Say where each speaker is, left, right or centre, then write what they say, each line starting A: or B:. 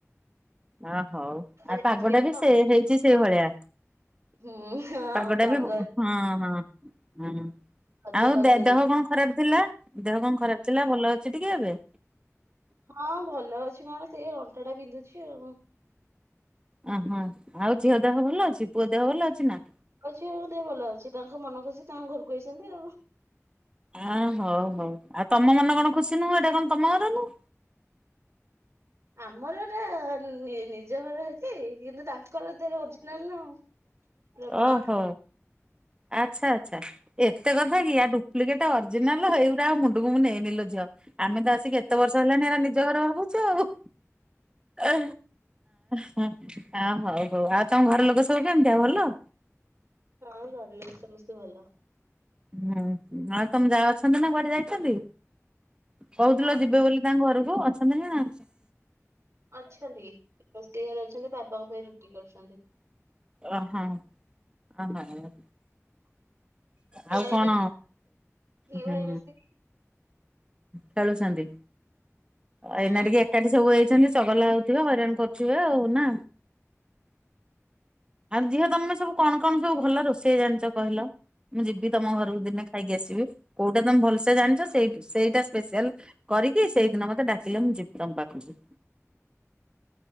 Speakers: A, on the right (about 20°); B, on the right (about 65°).
A: ଅ ହଉ ଆଉ
B: ଯାଇଥିଲେ
A: ପାଗଟା
B: ତ
A: ବି ସେ ହେଇଛି ସେଇଭଳିଆ।
B: ହୁଁ ହଁ
A: ପାଗଟା
B: ପାଗ
A: ବି ହଁ ହଁ ହଁ
B: ରଜ
A: ଆଉ
B: ପାଗ ଦେଇଛି।
A: ଦେହ କଣ ଖରାପ ଥିଲା। ଦେହ କଣ ଖରାପ ଥିଲା ଭଲ ଅଛି ଟିକେ ଏବେ।
B: ହଁ ଭଲ ଅଛି କଣ ସେ ଅଣ୍ଟା ଟା ବିନ୍ଧୁଛି ଆଉ।
A: ଅ ହଁ ଆଉ ଝିଅ ଦେହ ଭଲ ଅଛି ପୁଅ ଦେହ ଭଲ ଅଛି ନା।
B: ଅଛି ଦେହ ଭଲ ଅଛି ତାଙ୍କ ମନ ଖୁସି ତାଙ୍କ ଘରକୁ ଆଇଛନ୍ତି ଆଉ।
A: ଆ ହଉ ହଉ ଆଉ ତମ ମନ କଣ ଖୁସି ନୁହଁ ଏଇଟା କଣ ତମ ଘର ନୁହଁ।
B: ଆମର ଏଟା ନିଜ ଘର ଅଛି କିନ୍ତୁ ତା ତାଙ୍କର ଦେହ ଓରିଜିନାଲ ଆଉ। ପୁରା ବ୍ଲଡ
A: ଓହୋ ଆଚ୍ଛା ଆଚ୍ଛା। ଏତେ କଥା କି ଆ ଡୁପ୍ଲେଟ, ଅରିଜିନାଲ ହେଇଗୁରା ଆଉ ମୁଣ୍ଡକୁ ମୁଁ ନେଇନି ଲୋ ଝିଅ। ଆମେ ତ ଆସିକି ଏତେ ବର୍ଷ ହେଲାନି ଏରା ନିଜ ଘରେ ଭାବୁଛୁ ଆଉ ଅ ହଉ ହଉ ଆଉ ତମ ଘର ଲୋକ ସବୁ କେମିତି ଆଉ ଭଲ?
B: ହଁ କରିଲ ସମସ୍ତେ ଭଲ
A: ହୁଁ ଆଉ ତମେ ଯା ଅଛନ୍ତି ନା କୁଆଡେ ଯାଇଛନ୍ତି କହୁଥିଲ
B: ଯା
A: ଯିବେ ବୋଲି ତାଙ୍କ ଘରକୁୁ ଅଛନ୍ତି ନା ଜଛନ୍ତି
B: ଅଛନ୍ତି ରୋଷେଇ ଘରେ ଅଛନ୍ତି ବାପାଙ୍କ ପାଇଁ ରୁଟି କରୁଛନ୍ତି
A: ଓ ହ ହ ହ ହଁ
B: ଘର
A: ଆଉ କଣ ହୁଁ
B: ଭାଇ ମିଶିକି
A: କଳୁସନ୍ତି ଆ
B: ହଁ
A: ଏଇନା ଟିକେ <unintelligible> ସବୁ ହେଇଛନ୍ତି ଚଗଲା ହଉଥିବେ ହଇରାଣ କରୁଥିବେ ଆଉ ନା ଆଉ ଝିଅ ତମେ ସବୁ କଣ କଣ ସବୁ ଭଲ ରୋଷେଇ ଜାଣିଛ କହିଲ ମୁଁ ଯିବି ତମ ଘରକୁ ଦିନେ ଖାଇକି ଆସିବି କୋଉଟା ତମେ ଭଲସେ ଜାଣିଛଇ ସେଇ ସେଇଟା ସ୍ପେଶାଲ କରିକି ସେଇଦିନ ମତେ ଡାକିଲେ ମୁଁ ଯିବି ତମ ପାଖକୁ